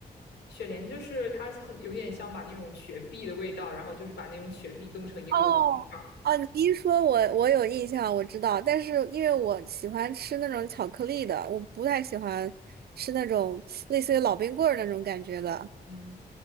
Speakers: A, on the left; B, on the right.
A: 雪莲就是它好有点像把那种雪碧的味道，然后就是把那种雪碧冻成一个个冰块儿。
B: 哦哦，你一说我，我有印象，我知道，但是因为我喜欢吃那种巧克力的，我不太喜欢吃那种类似于老冰棍儿那种感觉的。
A: 嗯，